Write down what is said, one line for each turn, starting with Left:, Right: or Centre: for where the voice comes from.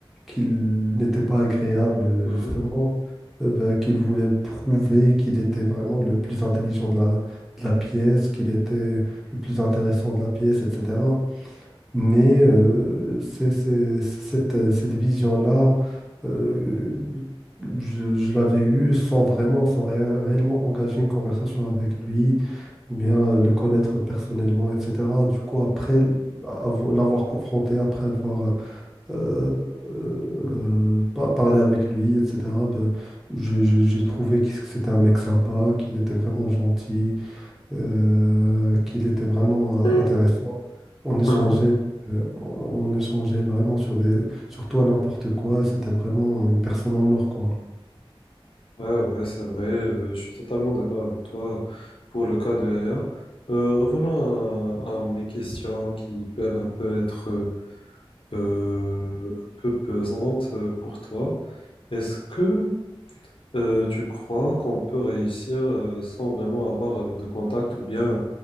Centre: qu'il n'était pas agréable, euh,
Left: mhm,
Centre: justement, eh ben, qu'il voulait prouver qu'il était vraiment le plus intelligent de la, de la pièce, qu'il était le plus intéressant de la pièce, etc. Mais euh, c'est, c'est- c'est cette, euh, cette vision-là, euh, je, je l'avais eue sans vraiment, sans réa- réellement engager une conversation avec lui, ou bien euh, le connaître personnellement, etc. Du coup, après avo-
Left: ouais.
Centre: l'avoir confronté, après avoir euh, euh, euh, par- parlé avec lui, etc., ben, j'ai j'ai- j'ai trouvé que c'était un mec sympa, qu'il était vraiment gentil euh, qu'il était vraiment
Left: Ouais.
Centre: euh, intéressant. On échangeait,
Left: Mhm.
Centre: euh, on échangeait vraiment sur des, sur tout et n'importe quoi. et C'était vraiment une personne en or, quoi.
Left: Ouais, ouais, c'est vrai, euh, je suis totalement d'accord avec toi pour le cas de Yaya. Euh, revenons à, à mes questions qui peuvent un peu être euh, euh, un peu pesantes euh, pour toi. Est-ce que euh, tu crois qu'on peut réussir euh, sans vraiment avoir euh, de contact ou bien